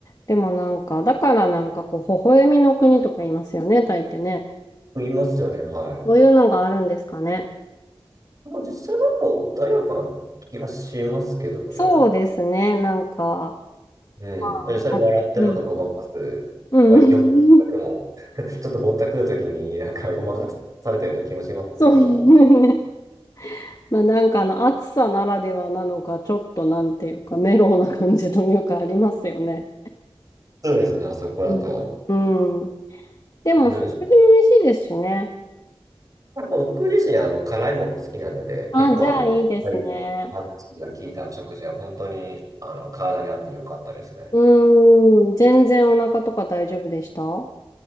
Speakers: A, on the left; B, on the right.
A: でもなんか、だからなんかこう、微笑みの国とか言いますよね、タイってね。
B: いますよね、はい。
A: そういうのがあるんですかね。
B: まあ実際なんか穏やかな気がしますけどもね。
A: そうですね。なんか、
B: うん。
A: あ、
B: まあ、実際笑ってなんかごまかす。
A: うん。うん。
B: まあ、よくも、<laughs> ちょっとぼったくるときになんかごまかされたような気もしますけども。
A: <laughs> そうね。まあなんかあの暑さならではなのか、ちょっとなんていうか、メロウな感じというかありますよね。
B: そうですね、あそこだと。
A: うん。うん。でも食事も美味しいですしね。
B: うん。まあ、僕自身、あの、辛いもの好きなので、
A: あ、
B: 結構あの、
A: じゃあいいですね。
B: はい、パクチーが効いたお食事は本当に、あの、体に合って良かったですね。
A: うーん。全然お腹とか大丈夫でした